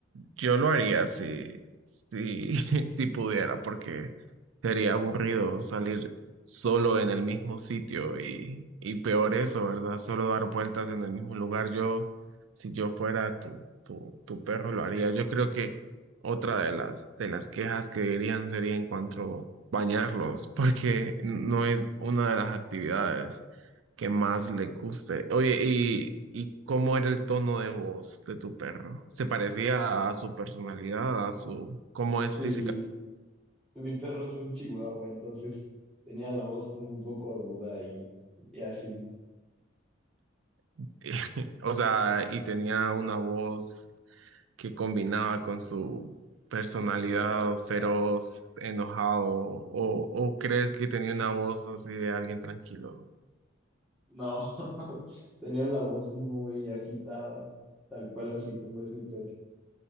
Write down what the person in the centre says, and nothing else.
Sí,
mi perro es un chihuahua, entonces tenía la voz como un poco aguda y, y así.
con su personalidad.
No, <laughs> tenía la voz muy agitada, tal cual así como es mi perro.